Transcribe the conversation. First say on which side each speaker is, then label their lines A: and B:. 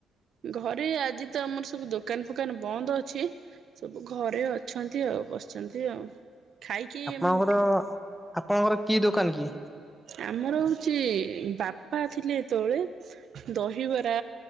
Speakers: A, on the right; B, in the centre.
A: ଘରେ ଆଜି ତ ଆମର ସବୁ ଦୋକାନ ଫୋକାନ ବନ୍ଦ ଅଛି। ସବୁ ଘରେ ଅଛନ୍ତି ଆଉ ବସିଚନ୍ତି ଆଉ। ଖାଇକି
B: ଆପଣଙ୍କର
A: ଆମେ ଉଠିଲୁ।
B: ଆପଣଙ୍କର କି ଦୋକାନ କି?
A: ଆମର ହଉଚି ଏ ବାପ୍ ପା ଥିଲେ ଯେତେବେଳେ ଦହିବରା